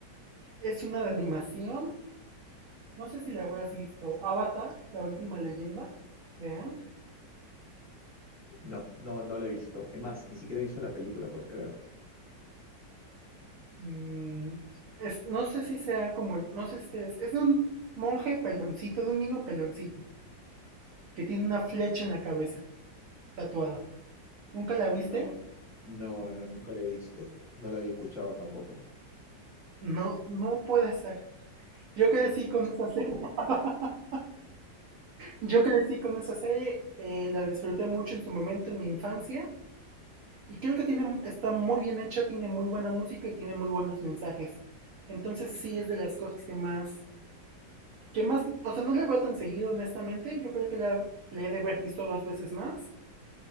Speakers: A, on the right (about 70°); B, on the right (about 15°).
A: Es una de animación. No sé si la habrás visto. Avatar, la última leyenda. ¿Vean?
B: No, no, no la he visto. Es más, ni siquiera he visto la película, puedes creer.
A: mm, es- no sé si sea como, el- no sé si es, es de un monje peloncito, de un niño peloncito, que tiene una flecha en la cabeza, tatuada. ¿Nunca la viste?
B: No, no, no, nunca la he visto. No la había escuchado tampoco.
A: No, no puede ser. Yo crecí con esa serie. <laughs> Yo crecí con esa serie, eh, la disfruté mucho en su momento, en mi infancia, y creo que tiene, está muy bien hecha, tiene muy buena música y tiene muy buenos mensajes. Entonces sí es de las cosas que más, que más, o sea, no la veo tan seguido, honestamente. Yo creo que la, la he de haber visto dos veces más,